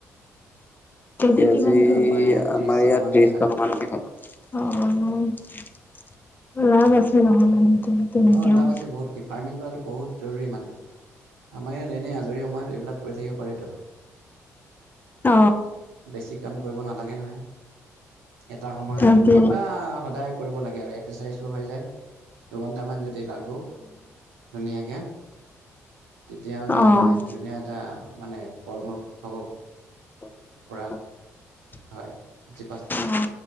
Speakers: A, on the left; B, on the right.
A: কেজি কিমানে দিয়ে?
B: আমাৰ
A: কেজি
B: ইয়াত ত্ৰিশ
A: আমাৰ
B: টকামানকে
A: ইয়াত
B: হয়
A: ত্ৰিশ টকা মান কে হ'ল। অ লাভ আছে নহলে। তেনেকেও
B: অ লাভ আছে বহুত কি ফাৰ্মিং কৰাটো বহুত জৰুৰী মানে। আমাৰ ইয়াত এনেই আজৰি সময়ত এইবিলাক কৰি থাকিব পাৰে ত।
A: অ।
B: বেছি কাম কৰিব নালাগে নহয়। এটা সময়
A: তাকে
B: দুঘন্টা সদায় কৰিব লাগে আৰু <unintelligible> <unintelligible> হৈ যায় দুঘণ্টামান যদি লাগো ধুনীয়াকে। তেতিয়া মানে
A: অ'।
B: ধুনীয়া এটা মানে ফল মূল খাব
A: <unintelligible>
B: পৰা হয়। যি
A: অ